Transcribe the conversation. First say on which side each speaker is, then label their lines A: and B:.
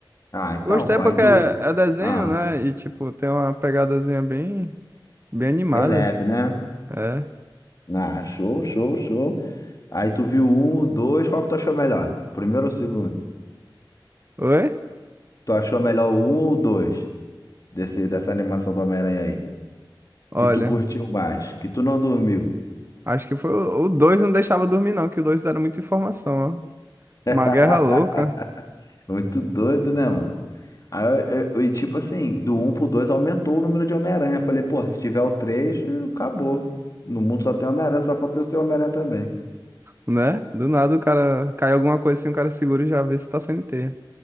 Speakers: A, on the left (about 40°); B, on the right (about 30°).
A: Ah, então,
B: Eu gostei
A: pô,
B: porque
A: aí tu.
B: é é desenho,
A: Ah,
B: né? E, tipo, tem uma pegadazinha bem, bem animada.
A: tá bem leve, né?
B: É.
A: Ah, show, show, show. Aí tu viu um, dois, qual que tu achou melhor? Primeiro ou segundo?
B: Oi?
A: Tu achou melhor o um ou o dois? Desse, dessa animação do Homem-Aranha aí?
B: Olha,
A: Que tu curtiu mais, que tu não dormiu.
B: acho que foi o dois não deixava dormir, não, que o dois era muita informação, ó.
A: <laughs>
B: Uma guerra louca,
A: Muito doido, né, mano? Aí, eu- eu- e tipo assim, do um pro 2 aumentou o número de Homem-Aranha. Eu Falei, pô, se tiver o 3 acabou. No mundo só tem Homem-Aranha, só falta eu ser Homem-Aranha também.
B: né? Do nada o cara cai alguma coisa assim, o cara segura e já vê se tá sem teia.